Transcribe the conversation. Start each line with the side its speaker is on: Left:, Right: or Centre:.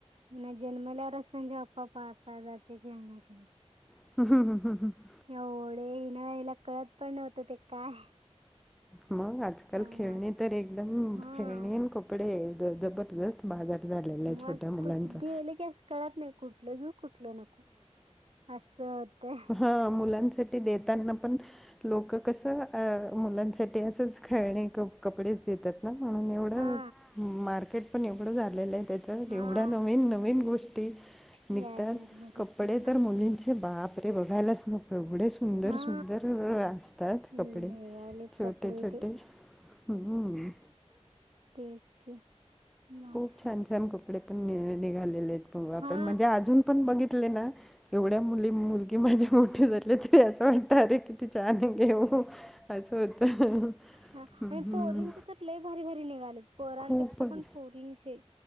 Right: हिनं जन्मल्यावर असून जे आप्पा पाच सहा हजारचे खेळण्या घेऊन दिलतं.
Centre: <unintelligible>
Right: ऐवढं हिणाल्याले कळत पण नव्हतं ते काय
Centre: मग आजकाल
Right: तेव्हाच
Centre: खेळणी तर एकदम
Right: हा
Centre: खेळणी आन कपडे द दबरदस्त बाजार झालेला आहे
Right: मस्त
Centre: छोट्या मुलांचा.
Right: कुठ गेले की असं कळत नाही कुठलं घेऊ कुठलं नको असं होतय.
Centre: हा मुलांसाठी देताना पण लोकं कसं अ मुलांसाठी असंच खेळणी कप कपडेच देतात ना म्हणून एवढं
Right: हा
Centre: मार्केट पण एवढं झालेलं आहे त्या चा तर
Right: हा
Centre: एवढ्या नवीन-नवीन
Right: भरपूर
Centre: गोष्टी निघतात
Right: यायलेत भरपूर
Centre: कपडे तर मुलीं चे बापरे बघायलाच नको एवढे सुंदर-सुंदर
Right: हा
Centre: असतात
Right: लय
Centre: कपडे
Right: आलेत
Centre: छोटे-छोटे.
Right: कपडे ते
Centre: हम्म.
Right: तेच की बाकी
Centre: खूप छान-छान कपडे पण नि निघालेले आहेत ब आपण
Right: हा
Centre: म्हणजे अजून पण बघितले ना एवढ्या मुली-मुलगी माझी मोठी झाले तरी असं वाटतं अरे किती छान घेऊ असं होतं.
Right: हा
Centre: हम्म
Right: म पोरींचे तर लय भारी-भारी निघालेत पोरांपेक्षा
Centre: खूपच
Right: पण पोरींचे